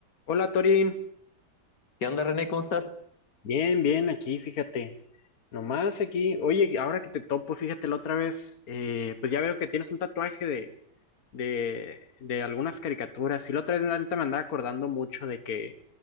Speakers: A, on the left; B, on the left.
A: Hola Torín,
B: ¿Qué onda, René? ¿Cómo estás?
A: bien, bien, aquí, fíjate, nomás aquí, oye, ahora que te topo, fíjate la otra vez, eh, pues ya veo que tienes un tatuaje de, de, de algunas caricaturas, y la otra vez la neta me andaba acordando mucho de que,